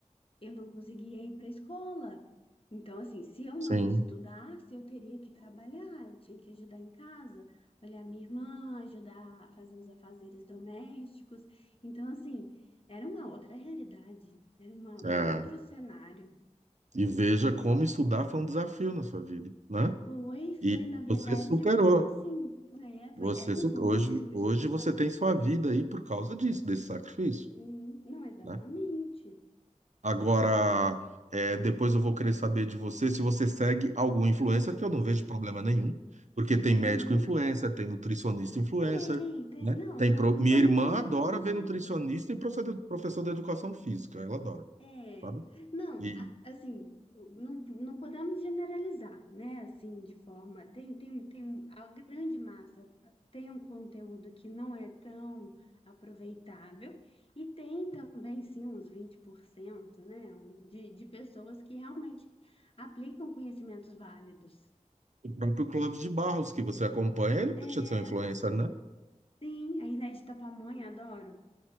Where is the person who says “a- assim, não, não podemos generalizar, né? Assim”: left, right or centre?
Left